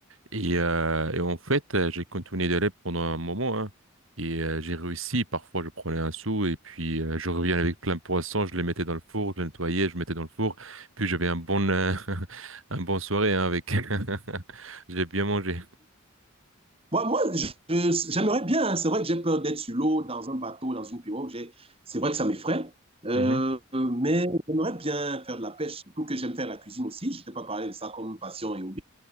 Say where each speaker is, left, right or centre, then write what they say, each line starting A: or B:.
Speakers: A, on the right; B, on the right.
A: Et, euh, et en fait, euh, j'ai continué d'élève pendant un moment, hein. Et euh, j'ai réussi. Parfois, je prenais un sou et puis euh, je reviens avec plein de poissons. Je les mettais dans le four, je les nettoyais, je mettais dans le four. Puis j'avais un bon, euh, <laughs> un bon soirée hein, avec. <laughs> J'ai bien mangé.
B: Moi, moi je- je- j'aimerais bien. hein. C'est vrai que j'ai peur d'être sur l'eau, dans un bateau, dans une pirogue. J'ai- C'est vrai que ça m'effraie. Euh,
A: Mhm.
B: mais j'aimerais bien faire de la pêche, surtout que j'aime faire la cuisine aussi. Je t'ai pas parlé de ça comme passion et hobby.